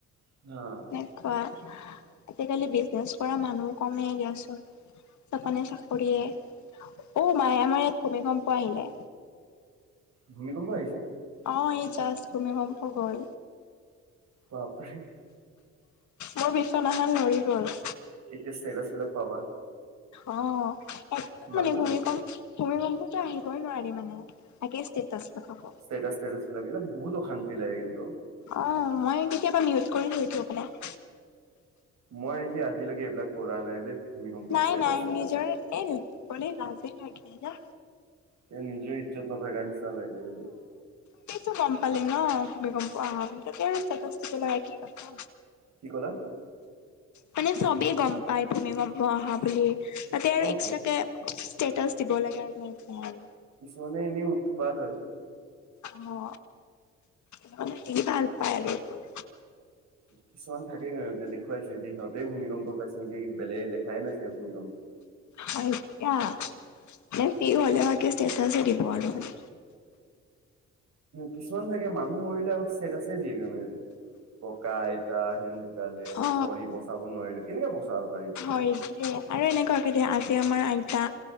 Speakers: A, on the right (about 60°); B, on the left (about 70°).
A: অ
B: এনেকুৱা আজি-কালি বিজনেছ কৰা মানুহ কমেই দিয়াচোনা চাপানে চাকৰিয়ে। অ মাই আমাৰ ইয়াত ভূমিকম্প আহিলে।
A: ভূমি কম্প আহিছে!
B: অ এই জাষ্ট ভূমিকম্প গ'ল।
A: বা পিৰি
B: মোৰ বিচনাখন লৰি গ'ল।
A: এতিয়া ষ্টেটাছ বিলাক পাবা।
B: অ একদম
A: মানুহ
B: মানে
A: বিলাকৰ।
B: ভূমি কম ভূমিকম্পটো আহিবই নোৱাৰি মানে আগে ষ্টেটাছ লগাব।
A: ষ্টেটাচ ষ্টেটাছ বিলাক এইবিলাক বহুত অশান্তি লাগে কিন্তু।
B: অ মই কেতিয়াবা মিউট কৰি থৈ দিওঁ অকমান
A: মই যে আজিলৈকে এইবিলাক কৰা নাই দেই। ভূমিকম্পত
B: নাই
A: ষ্টেটাচ
B: নাই
A: ষ্টেটাচ
B: নিজৰে
A: এইবিলাক।
B: ফ্ৰেণ্ড দিবলে লাজেই লাগে না
A: কে নিজেও ইজ্জত নাথাকা নিচনা লাগিব দে
B: চবেইটো গম পালে ন তুমি গম পোৱা আহা বুলি তেতিয়াহে ষ্টেটাছটো তোমাৰ কি কথা
A: কি কলা
B: মানে চবেই গম- পাই ভূমিকম্প অহা বুলি তাতে আৰু
A: অ'
B: এক্সট্ৰাকে
A: তো
B: ষ্টেটাছ দিব লাগে আৰু এনেকে আৰু
A: কিছুমানে এনে উৎপাত আৰু।
B: অ মানে সি ভাল পায় আৰু এইবোৰ।
A: কিছুমান থাকেই কাৰণ এতে দেখুৱাইছেঁ যে সিহঁতেই ভূমিকম্প পাইছে নেকি বেলেগে দেখাই নাই ছাগে ভূমিকম্প
B: হয় দিয়া <unintelligible> হলে হয় বাকী ষ্টেটাছে দিব আৰু মানে।
A: কিছুমান থাকে মানুহ মৰিলে আক ষ্টেটাছে দিয়ে একেবাৰে ককা, আইতা হেন ঢুকালে
B: অ
A: চৰি বচাব নোৱাৰিলো কেনেকে বচাব পাৰিবি।
B: সেইটোৱে আৰু এনেকুৱা কেতিয়া আজি আমাৰ আইতা